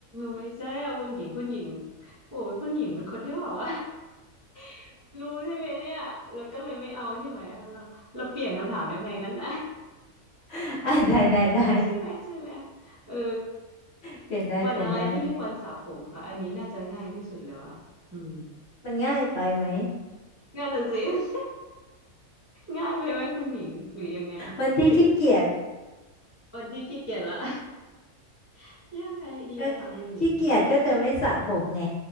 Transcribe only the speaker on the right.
ไม่ใช่อ่ะคุณหญิงคุณหญิงโอ้ยคุณหญิงเป็นคนที่แบบว่า <laughs> รู้ใช่ไหมเนี่ยแล้วก็เลยไม่เอาใช่ไหมเราเราเปลี่ยนคำถามได้ไหมงั้นนะ
<laughs> ใช่ไหมใช่ไหมเออ
วันอะไรที่ไม่ควรสระผมค่ะอันนี้น่าจะง่ายที่สุดแล้วอะอืม
งั้นน่ะสิ <laughs> ง่ายไปไหมคุณหญิงหรือยังไงหรือ
วันที่ขี้เกียจละ <laughs> ยังไงดีอะค่ะคุณหญิง